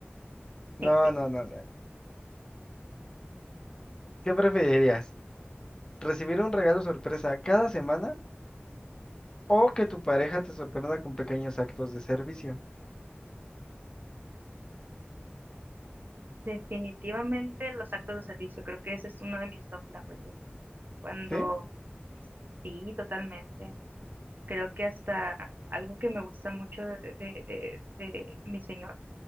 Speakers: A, on the left (about 20°); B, on the right (about 50°).
A: No,
B: <laughs>
A: no, no, no. ¿Qué preferirías? ¿Recibir un regalo sorpresa cada semana o que tu pareja te sorprenda con pequeños actos de servicio?
B: Definitivamente los actos de servicio, creo que ese es uno de mis love languages. Cuando
A: ¿Sí?
B: Sí, totalmente. Creo que hasta algo que me gusta mucho de, de, de, de mi señor